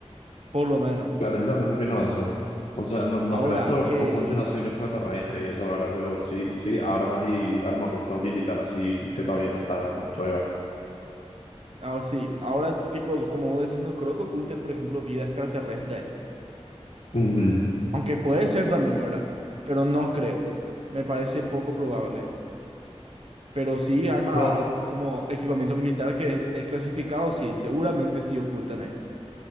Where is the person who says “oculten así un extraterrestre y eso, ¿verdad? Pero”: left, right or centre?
Left